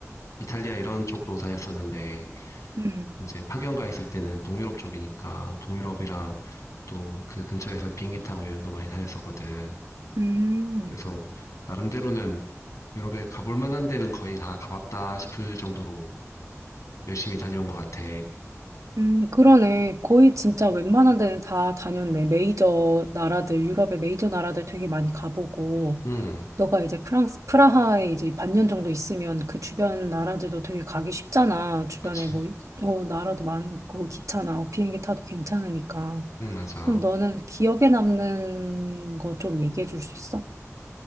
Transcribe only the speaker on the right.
음,
음.
음, 그러네. 거의 진짜 웬만한 데는 다 다녔네. 메이저 나라들, 유럽의 메이저 나라들 되게 많이 가보고,
너가 이제 프랑스, 프라하에 이제 반년 정도 있으면 그 주변 나라들도 되게 가기 쉽잖아. 주변에
뭐, 어, 나라도 많고, 기차나 어, 비행기 타도 괜찮으니까.
그럼 너는 기억에 남는 거 좀 얘기해 줄 수 있어?